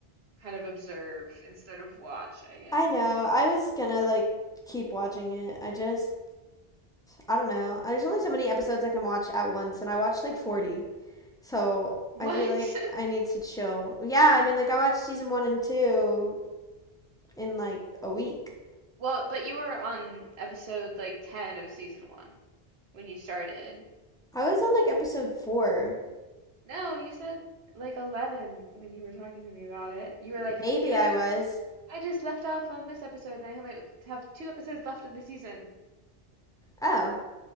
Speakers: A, on the right; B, in the centre.
A: kind of observe instead of watch, I guess.
B: I know. I was gonna like keep watching it. I just I don't know. There's only so many episodes I can watch at once, and I watched like 40. So
A: What?
B: I feel like
A: <laughs>
B: I need to chill. Yeah, I mean, like I watched season one and two in like a week.
A: Well, but you were on episode like 10 of season 1 when you started.
B: I was on like episode four.
A: No, you said like 11 when you were talking to me about it. You were like
B: Maybe
A: you were
B: I
A: like
B: was.
A: I just left off on this episode and I only have two episodes left in the season.
B: Oh,